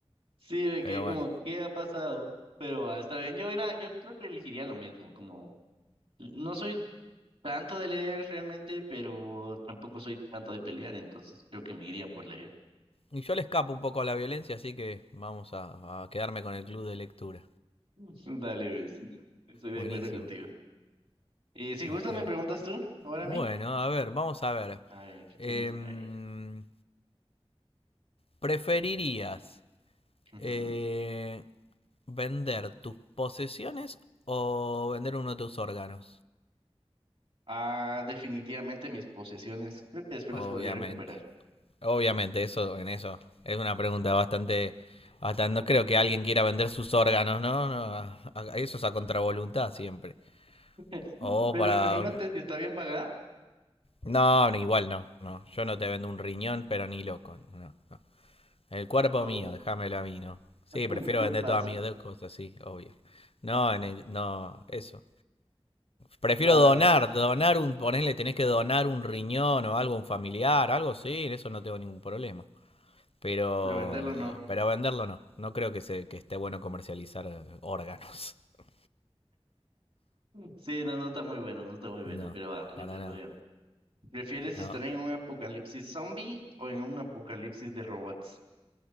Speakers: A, on the right; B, on the left.
A: Sí, me quedé
B: pero
A: como,
B: bueno.
A: ¿qué ha pasado? Pero ah, está bien, yo era, yo creo que elegiría lo mismo, como no soy tanto de leer realmente, pero tampoco soy tanto de pelear, entonces creo que me iría por leer.
B: Y yo le escapo un poco a la violencia, así que vamos a, a quedarme con el club de lectura.
A: <laughs> Dale, ves. Estoy de
B: Buenísimo.
A: acuerdo contigo. Y si gustas,
B: Ok.
A: me preguntas tú, ahora
B: Bueno,
A: a mí.
B: a ver, vamos a ver.
A: A ver, ¿qué tienes
B: Em,
A: ahí?
B: ¿preferirías
A: Ujú.
B: eh, vender tus posesiones o vender uno de tus órganos?
A: Ah, definitivamente mis posesiones. Creo que después
B: Obviamente.
A: las podría recuperar.
B: Obviamente, eso, en eso. Es una pregunta bastante, bastante. No creo que alguien quiera vender sus órganos, ¿no? No, a- a- eso es a contravoluntad siempre.
A: <laughs>
B: O
A: Pero
B: para.
A: imagínate
B: un-
A: si está bien pagada.
B: No, no, igual no, no. Yo no te vendo un riñón, pero ni loco. No, no. El cuerpo
A: No,
B: mío, déjamelo a mí, ¿no?
A: <laughs>
B: Sí, prefiero
A: yo
B: vender
A: paso.
B: todas mis cosas, sí, obvio. No, en el- no, eso. Prefiero
A: Va,
B: donar,
A: dale.
B: donar un, ponele, tenés que donar un riñón o algo un familiar, algo sí, en eso no tengo ningún problema. Pero,
A: Pero venderlo no.
B: pero venderlo no. No creo que se, que esté bueno comercializar eh, órganos. <laughs>
A: Sí, no, no está muy bueno, no está muy bueno,
B: No,
A: pero va, le
B: para
A: pues
B: nada.
A: voy a- ¿Prefieres
B: No.
A: estar en un apocalipsis zombie o en un apocalipsis de robots?